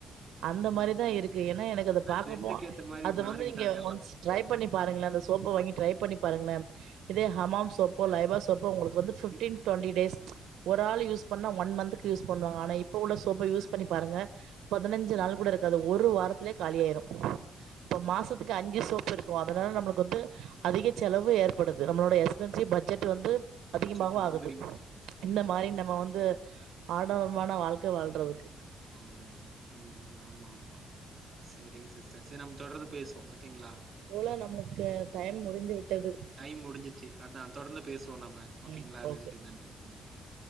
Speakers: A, on the right (about 80°); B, on the right (about 35°).
A: அந்த
B: உம்
A: மாரி தா
B: உம்
A: இருக்கு ஏனா எனக்கு அத
B: அதான்
A: பாக்கு
B: ட்ரெண்டுக்கு
A: போ
B: ஏத்த மாதிரி
A: அது
B: மாறிக்கிட்டாங்க
A: வந்து நீங்க
B: எல்லாம்
A: ஒன்ஸ் ட்ரை பண்ணி பாருங்களே அந்த சோப்ப வாங்கி ட்ரை பண்ணி பாருங்களே இதே ஹமாம்
B: ஆஹ்
A: சோப்போ லைபா சோப்போ உங்களுக்கு வந்து ஃபிப்டீன்
B: இருக்கு
A: டுவெண்டி டேஸ் ஒரு ஆள் யூஸ் பண்ணா ஒன் மந்த்துக்கு யூஸ் பண்ணுவாங்க ஆனா இப் இப்ப உள்ள சோப்ப
B: அதான்
A: யூஸ்
B: அதான்
A: பண்ணி பாருங்க பதினஞ்சு
B: உம்
A: நாள் கூட
B: உம்.
A: இருக்காது ஒரு வாரத்துலயே
B: இருக்காது
A: காலியாயிரு இப்ப
B: ஆமா
A: மாசத்துக்கு அஞ்சு
B: ஆமா.
A: சோப் இருக் கு அதனால நம்மளுக்கு வந்து அதிக செலவு ஏற்படுது நம்மளோடய எஸ்பென்சீவ் பட்ஜெட் வந்து அதிகமாவு
B: பட்ஜெட் ரொம்பைங்
A: ஆகுது இந்த மாரி நம்ம வந்து ஆடம்பரமான வாழ்க்க வாழ்றதுக்கு
B: வாழ்றோ வாழ்றோ ம் ம் ஆமா ஆமா சேரிங்க சிஸ்டர் செரி நம்ம தொடர்ந்து பேசுவோ ஓகேங்ளா
A: தோழர் நம்மளுக்கு டைம் முடிந்து விட்டது
B: டைம் முடிஞ்சிச்சு அதா தொடர்ந்து பேசுவோ நம்ப ஓகேங்ளா
A: ம் ஓகே
B: நன்றி நன்றி ம் ம்